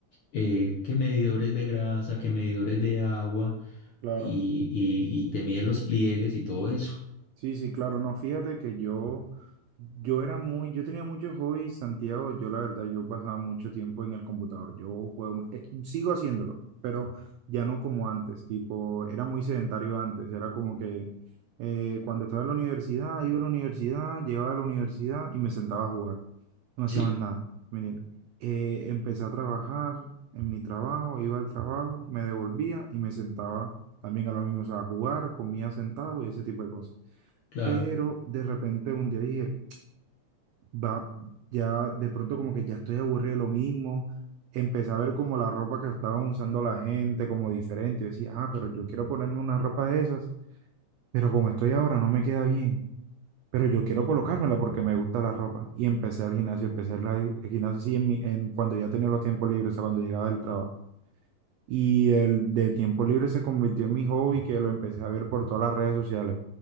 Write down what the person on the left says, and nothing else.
eh, qué medidores de grasa, qué medidores de agua
y, y, y te mide los pliegues y todo eso.
Sí,
claro,